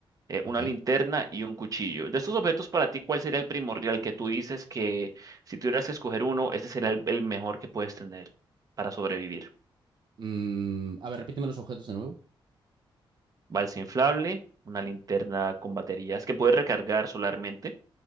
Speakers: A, on the right; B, on the right.
A: eh, una
B: ok.
A: linterna y un cuchillo. De estos objetos, para ti, ¿cuál sería el primordial que tú dices que si tuvieras que escoger uno, este sería el, el mejor que puedes tener para sobrevivir?
B: Mm, a ver, repíteme los objetos de nuevo.
A: Balsa inflable, una linterna con baterías que puedes recargar solarmente,